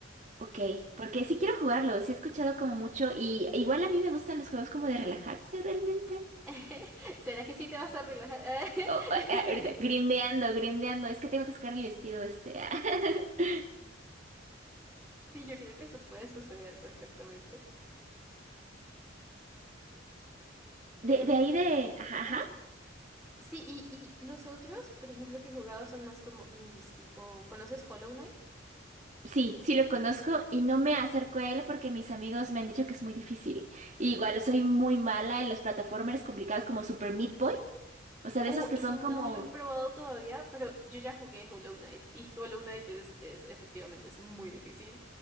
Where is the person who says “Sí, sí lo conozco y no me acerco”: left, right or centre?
Right